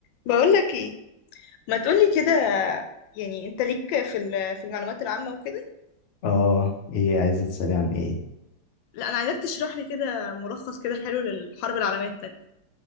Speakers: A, on the left; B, on the left.
A: بقولك ايه ما تقولي كده يعني انت ليك في ال- في المعلومات العامة وكده
B: اه ايه عايزة تسألي عن ايه
A: لا انا عايزاك تشرح لي كده ملخص كده حلو للحرب العالمية التانية